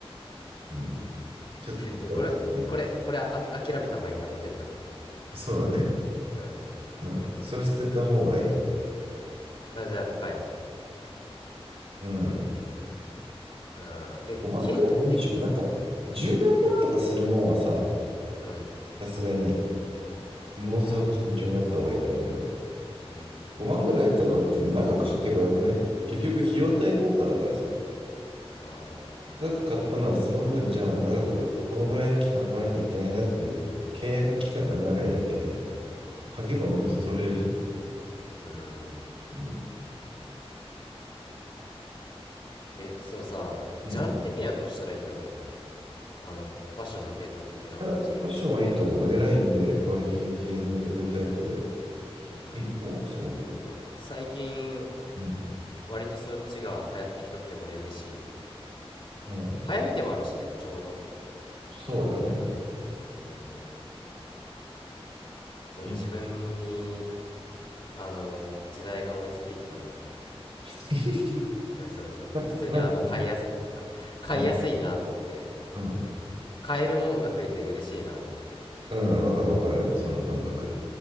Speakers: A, on the right; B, on the left.
A: うん、ちょっと見たいですね。
B: うんこれ、ここれ、これ、あき、諦めた方がいいな、モテるために。
A: そうだね。
B: うん。
A: うん。それ捨てた方がいい。
B: うん。あ、じゃあ高いもん。
A: うん。
B: うん。で、
A: 5万くらいいいでしょ。
B: 系統的、
A: なんか、十何万とかするもんはさ、
B: うん。
A: さすがに、ものすごく慎重になった方がいいと思うけど、
B: ああ、うん。
A: 5万くらいやったら、だって長く履けばよくね。結局、費用対効果だからさ。
B: ああ、
A: 長く買ったならその分、じゃあ長く、このぐらいの期間履かなきゃいけないなっていう、契約期間が長いだけで、履けばもっと取れるじゃん。
B: うん。
A: うん。
B: え、そのさ、ジャンル的にはどうしたらいいと思う
A: うん。
B: あの、ファッションの系統的な話
A: いや、ファッションはいいと思う。エラインで、バギー系で、上タイトで。
B: うん。
A: いいと思う、すごく。
B: ま、最近、
A: うん。
B: 割とそっちが流行ってきとって俺嬉しいよ。
A: うん。
B: 流行りでもあるしね、ちょうど。
A: そうだね。
B: うん。その自分に、
A: いいと思
B: あの、時代が追いついてきたなって。
A: う。<laughs>
B: え嘘嘘嘘。
A: な、
B: 普通にあの、
A: なんか、
B: 買いやす、買いやすいなって。
A: うん、うん。
B: 買えるもんが増えて嬉しいなって。
A: うん、わかるわかるよ、
B: うん。
A: その感覚。